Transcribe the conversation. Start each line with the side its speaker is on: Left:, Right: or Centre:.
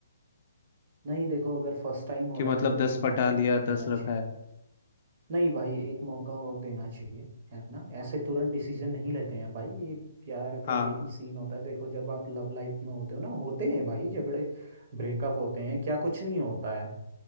Right: नहीं देखो अगर फर्स्ट टाइम हो
Left: कि
Right: रहा
Left: मतलब
Right: है तो
Left: दस
Right: एक
Left: पटा
Right: मौका
Left: लिया
Right: और देना
Left: दस रखा
Right: चाहिए।
Left: है
Right: नहीं भाई एक मौका और देना चाहिए है ना ऐसे तुरंत डिसीजन नहीं लेते हैं भाई ये प्यार
Left: हाँ
Right: का यही सीन होता है देखो जब आप लव लाइफ में होते हो ना होते हैं भाई झगड़े ब्रेकअप होते हैं क्या कुछ नहीं होता है